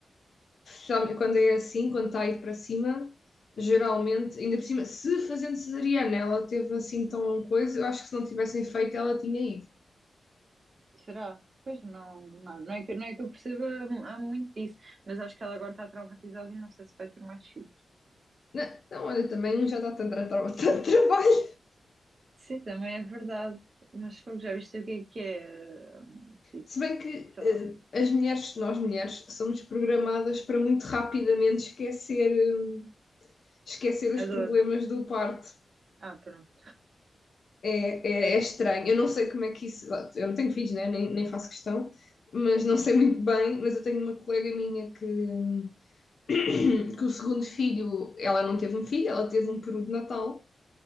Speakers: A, on the left; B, on the right.
A: Sabe, quando é assim, quando está a ir para cima, geralmente, ainda por cima, se fazendo cesariana ela teve assim tão coisa, eu acho que se não tivessem feito ela tinha ido.
B: Será? Pois não, não, não é que, não é que eu perceba há muito disso, mas acho que ela agora está traumatizada e não sei se vai ter mais filhos.
A: Não, não, olha, também um já dá tanto, tra- tra- <laughs> tanto trabalho.
B: Sim, também é verdade, mas fogo, já viste o que é que é, hum, tipo,
A: Se bem que
B: sei
A: eh,
B: lá,
A: as mulheres, nós mulheres, somos programadas para muito rapidamente esquecer, hum, esquecer
B: a
A: os problemas
B: dor.
A: do parto.
B: Ah, pronto.
A: É, é, é estranho. Eu não sei como é que isso. Eu não tenho filhos, né? Nem, nem faço questão, mas não sei muito bem. Mas eu tenho uma colega minha que, hum, <coughs> que o segundo filho, ela não teve um filho, ela teve um peru de Natal.